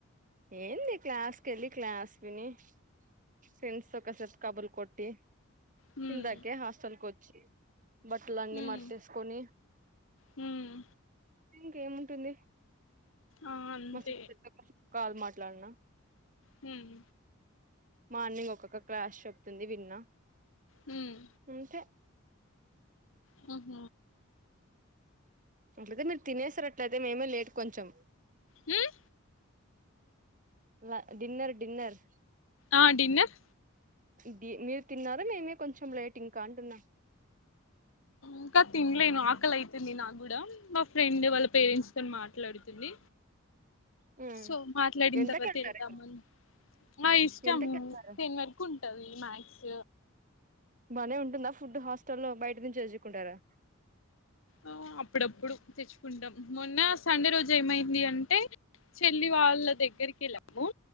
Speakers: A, on the right; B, on the left.
A: ఏందీ క్లాస్ కేళ్లి క్లాస్ విని ఫ్రెండ్స్ తో కాసేపు కబుర్లు కొట్టి
B: హ్మ్
A: ఇందాకే హాస్టల్ కి వచ్ బట్టలన్నీ
B: హ్మ్
A: మడతేసుకుని
B: హ్మ్
A: ఇంకేముంటుంది
B: ఆ అంతే
A: మా సిస్టర్ తో కాసేపు కాల్ మాట్లాడనా
B: హ్మ్
A: మార్నింగ్ ఒక్కొక్క క్లాస్ చెప్తుంది విన్నా
B: హ్మ్
A: అంతే
B: హహ
A: అట్లయితే మీరు తినేసారు అట్లయితే మేమే లేట్ కొంచెం
B: హ్మ్
A: లా డిన్నర్ డిన్నర్
B: ఆ డిన్నర్
A: డి మీరు తిన్నారా మేమే కొంచెం లేట్ ఇంకా అంటున్నా
B: ఇంకా తింలేను ఆకలి అయితుంది నాకు కూడా మా ఫ్రెండ్ వాళ్ళ పేరెంట్స్ తోని మాట్ ట్లాడుతుంది
A: హ్మ్
B: సో మాట్లాడిన
A: ఎంతకెళ్తారు
B: తర్వాత వెళ్దామని మా ఇష్టము
A: ఎంతకెళ్తారు
B: టేన్ వరకు ఉంటది మ్యాక్స్
A: బానే ఉంటుందా ఫుడ్ హాస్టల్ బయట నుంచి ఎచ్చుకుంటారా
B: ఆ అప్పుడప్పుడు తెచ్చుకుంటాం మొన్న సండే రోజు ఏమైంది అంటే చెల్లి వాళ్ళ దగ్గరికి వెళ్ళము